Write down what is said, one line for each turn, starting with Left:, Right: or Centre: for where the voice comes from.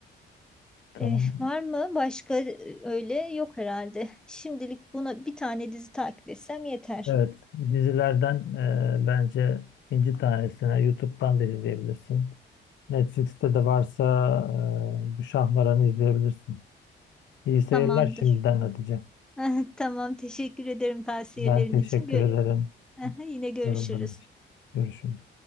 Left: Tamam.
Centre: E, var mı başka e, öyle? Yok herhalde. Şimdilik buna bir tane dizi takip etsem yeter.
Left: Evet, dizilerden e, bence inci tanesine YouTube'dan da izleyebilirsin. Netflix'te de varsa e, bu Şahmaran'ı izleyebilirsin. İyi seyirler
Centre: Tamamdır.
Left: şimdiden Hatice.
Centre: <laughs> Tamam teşekkür ederim tavsiyelerin
Left: Ben teşekkür
Centre: için. Gö-
Left: ederim
Centre: <laughs> Yine görüşürüz.
Left: yorumların için. Görüşürüz.